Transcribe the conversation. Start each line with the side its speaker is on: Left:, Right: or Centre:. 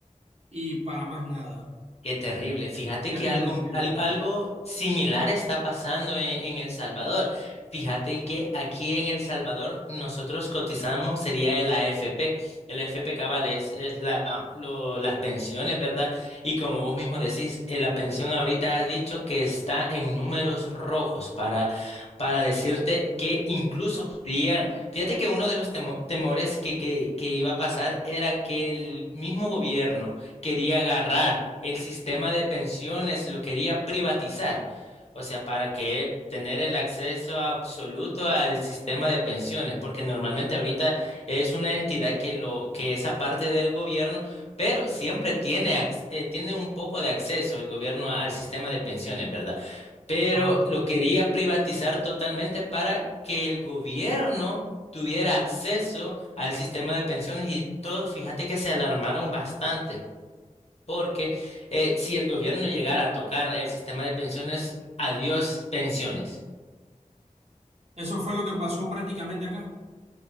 Right: y para más nada.
Left: Qué terrible. Fíjate
Right: Terrible,
Left: que algo,
Right: terrible.
Left: al- algo, similar está pasando en, en El Salvador. Fíjate que aquí en El Salvador nosotros cotizamos sería el AFP. El AFP cabal es, es la, lo- las pensiones, ¿verdad? Y como vos mismo decís, eh, la pensión ahorita has dicho que está en números rojos para, para decirte que incluso quería- Fíjate que uno de los temo- temores que, que, que iba a pasar era que el mismo gobierno quería agarrar el sistema de pensiones, lo quería privatizar. O sea, para que tener el acceso absoluto al sistema de pensiones, porque normalmente ahorita es una entidad que lo que es aparte del gobierno, pero siempre tiene ac- eh, tiene un poco de acceso el gobierno al sistema de pensiones, ¿verdad? Pero
Right: Ajá.
Left: lo quería privatizar totalmente para que el gobierno tuviera acceso al sistema de pensiones y todos, fíjate que se alarmaron bastante porque eh, si el gobierno llegara a tocar el sistema de pensiones, adiós pensiones.
Right: Eso fue lo que pasó prácticamente acá.